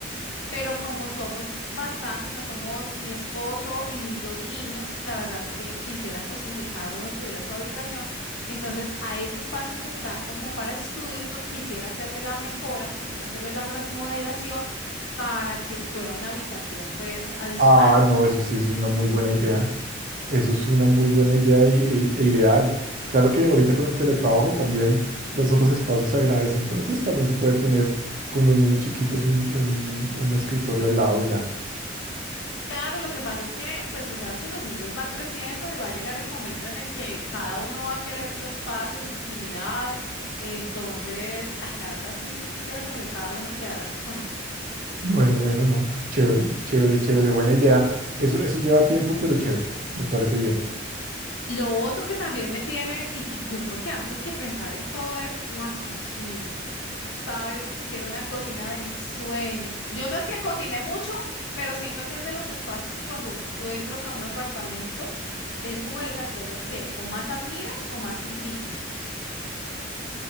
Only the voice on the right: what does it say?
ah, no, eso sí es una muy buena idea. Eso es una muy buena idea y- e e ideal. Claro que ahorita con el teletrabajo también los otros espacios se agradecen, pero pues también se puede poner con los niños chiquitos un, un, un escritorio al lado y ya.
Bueno, bueno, no. Chévere, chévere, chévere. Buena idea. Eso, eso lleva tiempo, pero chévere. Me parece bien.